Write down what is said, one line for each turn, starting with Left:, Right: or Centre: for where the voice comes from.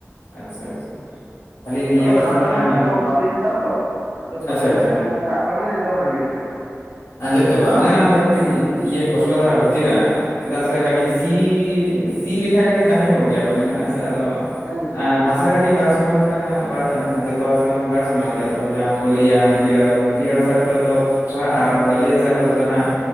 Left: ᱟᱪᱪᱷᱟ ᱟᱪᱪᱷᱟ᱾ ᱠᱷᱟᱹᱞᱤ ᱱᱤᱭᱟᱹ
Right: ᱟᱫᱚ
Left: ᱵᱟᱨᱥᱤᱧ
Right: ᱫᱟᱜ ᱨᱮᱦᱚᱸᱭ
Left: ᱜᱮ ᱱᱟᱜ ᱱᱤᱭᱟᱹ
Right: ᱟᱫᱚ ᱵᱟᱞᱤ ᱦᱟᱥᱟ ᱛᱚ, ᱟᱫᱚ ᱵᱟᱞᱤ
Left: ᱟᱪᱪᱷᱟ
Right: ᱦᱟᱥᱟ
Left: ᱟᱪᱪᱷᱟ
Right: ᱠᱟᱱᱟ ᱫᱟᱜ ᱨᱮᱦᱚᱸᱭ ᱟᱫᱚ ᱟᱸᱡᱮᱫ ᱪᱟᱵᱟᱜᱼᱟ᱾
Left: ᱟᱸᱡᱮᱫ ᱪᱟᱵᱟᱜᱼᱟ ᱚᱱᱮ ᱚᱱᱟ ᱠᱟᱹᱴᱤᱡ ᱤᱭᱟᱹ ᱠᱚᱥᱴᱚ ᱫᱷᱟᱨᱟ ᱵᱩᱡᱷᱟᱹᱜᱼᱟ᱾ ᱪᱮᱫᱟᱜ ᱥᱮ ᱠᱟᱹᱴᱤᱡ ᱥᱤ ᱥᱤ ᱞᱮᱠᱷᱟᱡ ᱠᱟᱹᱴᱤᱡ ᱛᱟᱦᱮᱸ ᱧᱚᱜᱚᱜ ᱜᱮᱭᱟ ᱯᱟᱞᱮᱱ ᱦᱟᱜ ᱦᱮᱸ ᱥᱮ ᱟᱫᱚ
Right: ᱦᱮᱸ
Left: ᱟᱸ ᱦᱟᱥᱟ ᱠᱟᱹᱴᱤᱡ ᱵᱟᱭ ᱥᱚᱢᱟᱱ ᱠᱷᱟᱱ ᱵᱟᱭ ᱛᱟᱦᱮᱸᱱᱟ ᱡᱚᱛᱚ ᱦᱟᱥᱟ ᱢᱟ ᱵᱟᱭ ᱥᱚᱢᱟᱱ ᱜᱮᱭᱟ ᱛᱚ ᱡᱟᱦᱟᱸ ᱯᱳᱞᱤᱭᱟ ᱢᱟᱹᱴᱭᱟᱹᱲ ᱦᱟᱥᱟ ᱢᱟᱹᱴᱭᱟᱹᱲ ᱦᱟᱥᱟ ᱠᱚᱨᱮ ᱫᱚ ᱴᱨᱟ-ᱟ ᱟᱨ ᱵᱟᱹᱞᱤ ᱦᱟᱥᱟ ᱠᱚᱨᱮᱫ ᱫᱚ ᱱᱟᱜ